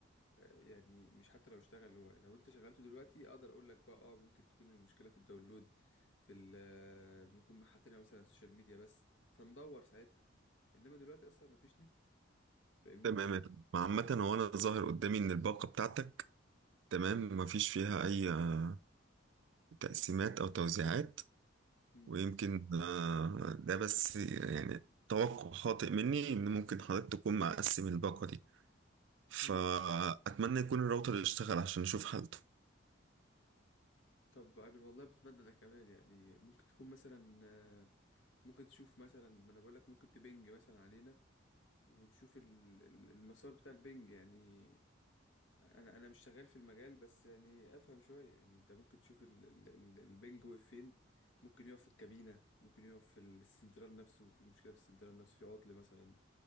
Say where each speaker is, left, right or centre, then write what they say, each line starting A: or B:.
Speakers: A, on the left; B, on the right.
A: يعني مش حتى لو اشتغل هو لو انت شغلته دلوقتي اقدر اقول لك بقى اه ممكن تكون المشكله في الداونلود في ال آه، ممكن ما حاطينها مثلا السوشيال ميديا بس فندور ساعتها انما دلوقتي اصلا ما فيش نت فاهمني
B: تمام يا فندم. عامة هو أنا ظاهر قدامي إن الباقة بتاعتك تمام مفيش فيها أي آه، تقسيمات أو توزيعات
A: مم.
B: ويمكن آه، ده بس يعني توقع خاطئ مني إن ممكن حضرتك تكون مقسم الباقة دي فأتمنى
A: مم.
B: يكون الراوتر يشتغل عشان نشوف حالته
A: طب انا والله بتمنى ده كمان يعني ممكن تكون مثلا آه، ممكن تشوف مثلا ما انا بقول لك ممكن تبنج مثلا علينا وتشوف ال- ال- المسار بتاع البنج يعني يعني انا انا مش شغال في المجال بس يعني افهم شويه يعني انت ممكن تشوف ال- ال- ال- البنج واقف فين ممكن يقف في الكابينه ممكن يقف في السنترال نفسه في مشكله في السنترال نفسه في عطل مثلا